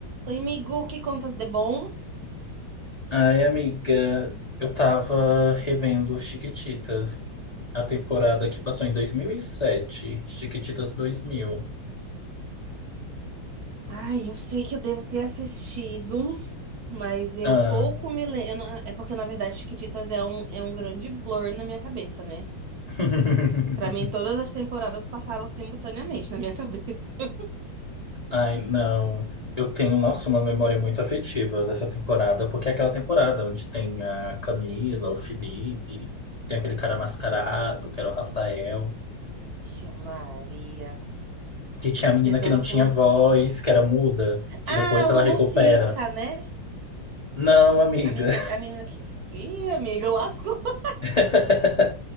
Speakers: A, on the right (about 60°); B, on the left (about 75°).
A: Oi, amigo, que contas de bom?
B: Ai, amiga, eu tava revendo Chiquititas, a temporada que passou em 2007, Chiquititas dois mil.
A: Ai, eu sei que eu devo ter assistido, mas eu
B: Ah.
A: pouco me lembro. É porque, na verdade, Chiquititas é um, é um grande blur na minha cabeça, né?
B: <laughs>
A: Pra mim, todas as temporadas passaram simultaneamente na minha cabeça. <laughs>
B: Ai, não. Eu tenho, nossa, uma memória muito afetiva dessa temporada, porque é aquela temporada onde tem a Camila, o Felipe, tem aquele cara mascarado, que era o Rafael,
A: Vixe, Maria.
B: que tinha a menina
A: Tentando
B: que não tinha
A: por.
B: voz, que era muda, que
A: Ah,
B: depois ela
A: Lulucita,
B: recupera.
A: né?
B: Não, amiga.
A: A menina, a menina que. Ih, amigo, lascou. <laughs>
B: <laughs>